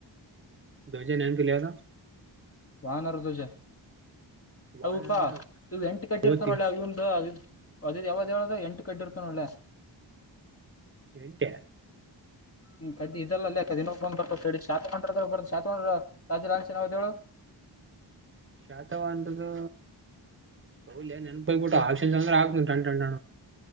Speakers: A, on the right (about 25°); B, on the left (about 30°).
A: ಧ್ವಜ ನೆನ್ಪಿಲ್ಲ್ ಯಾವ್ದ್
B: ವಾನರ ಧ್ವಜ
A: ವಾನರ
B: ಹೌಪಾ
A: ಅಂದ್ರ
B: ಇವು ಎಂಟ್ ಕಡ್ಡಿ
A: ಕೋತಿ
B: ಇರ್ತವ್ ನೋಡ್ಲೆ ಅವ್ ಇವ್ನ್ದು ಅದು ಯಾವ್ದ ಯಾವ್ದ ಎಂಟು ಕಡ್ಡಿ ಇರ್ತಾವ್ ನೋಡ್ಲೆ
A: ಎಂಟೆ
B: ಹ್ಮ್ ಕಡ್ಡಿ ಇದೆಲ್ಲ ದಿನಂದ ಬರ್ತ <unintelligible> ರಾಜದನಿ ಹೆಸ್ರ್ ಯಾವ್ದ್ ಹೇಳು <inaudible>
A: ಶಾತವಂದುದು ಹೌಲೆ ನೆನ್ಪ್ ಹೋಗ್
B: ಅಲ್ಲೇ
A: ಬಿಟ್ಟವ್ ಆಷ <unintelligible> ಟಣ್ ಟಣ್ ಟಣ್